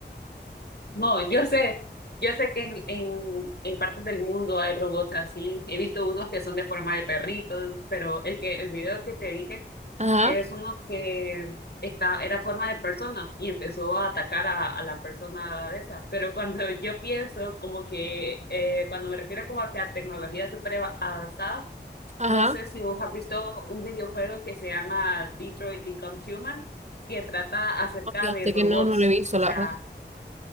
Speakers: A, on the left (about 65°); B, on the right (about 40°).
A: No, yo sé, yo sé que en, en, en partes del mundo hay robots así. He visto unos que son de forma de perritos, pero el que el video que te dije
B: Ajá,
A: es uno que está, era forma de persona y empezó a atacar a, a la persona esa. Pero cuando <laughs> yo pienso, como que eh, cuando me refiero como a que a tecnología súper eva- avanzada,
B: ajá.
A: no sé si vos has visto un videojuego que se llama Detroit Become Human, que trata acerca
B: No, Fíjate
A: de robots.
B: que no, no lo he visto,
A: O
B: la
A: sea,
B: verdad.